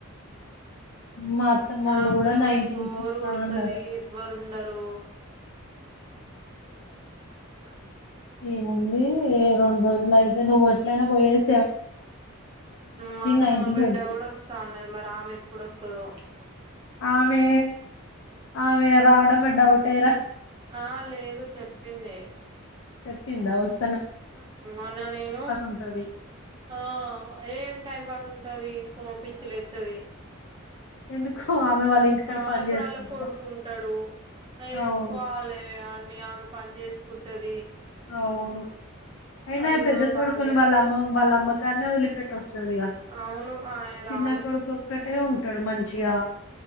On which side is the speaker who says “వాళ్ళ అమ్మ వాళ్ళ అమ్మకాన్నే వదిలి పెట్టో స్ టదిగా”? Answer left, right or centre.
Left